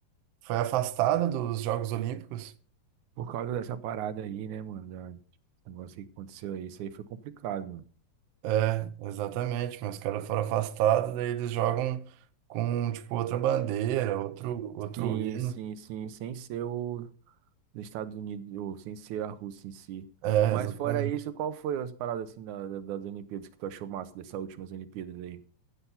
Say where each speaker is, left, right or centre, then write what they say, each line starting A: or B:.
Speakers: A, on the right; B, on the right.
A: foi afastada dos Jogos Olímpicos.
B: Por causa dessa parada aí, né, mano? da- Esse negócio aí que aconteceu aí, isso aí foi complicado, mano.
A: É, exatamente, mas os caras foram afastados, daí eles jogam com, tipo, outra bandeira, outro, outro
B: Sim,
A: hino.
B: sim, sim, sem ser os Estados Unidos, ou sem ser a Rússia em si.
A: É,
B: Mas
A: exatamente.
B: fora isso, qual foi as paradas, assim, da- da- das Olimpíadas que tu achou massa, dessas últimas Olimpíadas aí?